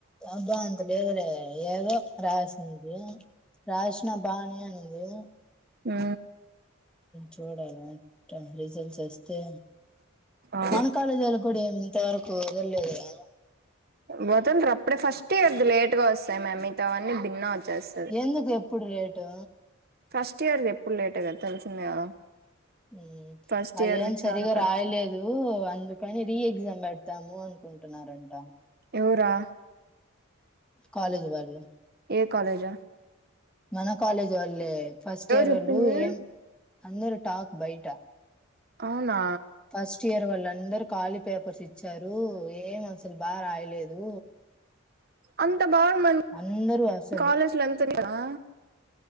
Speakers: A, in the centre; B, on the right.
A: అబ్బా అంత లేదులే ఏదో రాసింది రాశిన బానే అనింది
B: ఆ
A: చూడాలా రిజల్ట్స్ ఓస్తే,
B: ఆ
A: మన కాలేజీ వాళ కూడా ఏమి ఇంతవరకు తెలియదు కదా
B: మొత్తం రప్రే ఫస్ట్ ఇయర్ ది లేట్ గా వస్తాయి మామ్ మిగతావన్నీ భిన్న వచ్చేస్తది
A: ఎందుకు ఎప్ ప్పుడు లేటు
B: ఫస్ట్ ఇయర్ది ఎప్పుడు లేటె గదా తెలిసిందే కదా
A: మ్మ్
B: ఫస్ట్
A: మళ్ళ
B: ఇయర్
A: ఏం
B: వి
A: సరిగా
B: చాలా కరెక్షన్
A: రాయలేదు అందుకని రీ ఎగ్జామ్ పెడతాము కుంటున్నారంట
B: నువ్ రా
A: కాలేజ్ వాళ్లు
B: ఏ కాలేజ
A: మన కాలేజ్ వాళ్ళే ఫస్ట్ ఇయర్
B: చెప్పింది
A: వాళ్ళు ఏం అన్నరు టాక్ బయటా
B: అవునా
A: ఫస్ట్ ఇయర్ వాళ్ళందరూ ఖాళీ పేపర్స్ ఇచ్చారు. ఏం అసలు బాగా రాయలేదు
B: అం త బాగు
A: అందరూ అసలు
B: కాలేజ్ల అంత ఆ